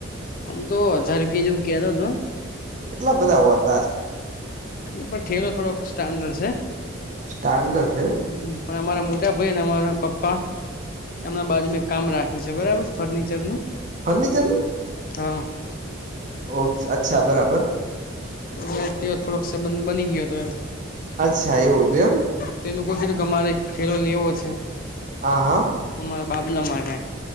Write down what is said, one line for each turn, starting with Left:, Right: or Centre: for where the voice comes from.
Left: આમ તો હજાર રૂપિયા જેવું કેતો હતો.
Right: કેટલા બધા હોવા.
Left: હ પણ થેલો થોડોક સ્ટાન્ડર્ડ છે.
Right: સ્ટાન્ડર્ડ છે
Left: હમ પણ અમારા મોટા ભાઈ અને અમારા પપ્પા. હમણાં બાજુ મે એક કામ રાખ્યું છે બરાબર ફર્નિચરનું.
Right: ફર્નિચર નું.
Left: હા.
Right: ઓ અચ્છા બરાબર.
Left: <inaudible> તે થોડોક સબંધ બની ગયો હતો એમ.
Right: અચ્છા એવું હતું એમ.
Left: તે લોકો કીધું કે અમારે એક ફેરો લેવો છે.
Right: હા હા.
Left: તમારા બાબલા માટે.